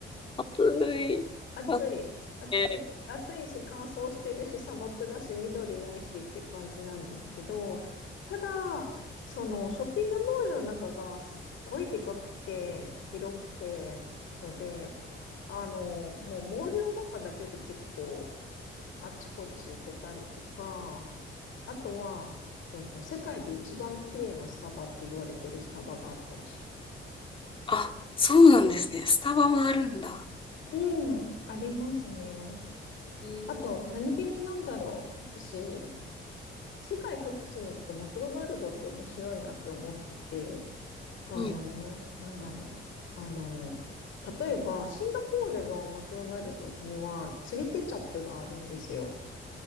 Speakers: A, on the left; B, on the left.
A: 暑い。
B: 暑い、
A: あ、
B: 暑い、
A: えー
B: 暑いし乾燥してるし砂漠だし緑ないしって感じなんですけど、ただ、そのショッピングモールの中がすっごいでかくて広くてので、あの、もうモールの中だけで結構あちこち行けたりとか、あとは、えっと、世界で一番綺麗なスタバって言われてるスタバがあったりします。
A: あ、そうなんですね。スタバもあるんだ。
B: うん、ありますね。
A: えー、
B: あと、何気になんだろう。私、世界各地に行くとマクドナルドって面白いなって思ってて、あの、
A: うん。
B: なんだろう。あの、例えば、シンガポールのマクドナルドにはチリケチャップがあるんですよ。